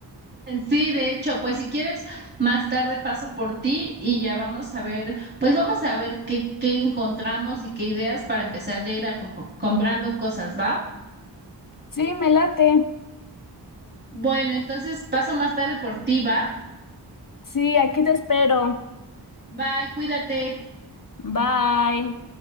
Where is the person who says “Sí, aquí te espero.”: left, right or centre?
Left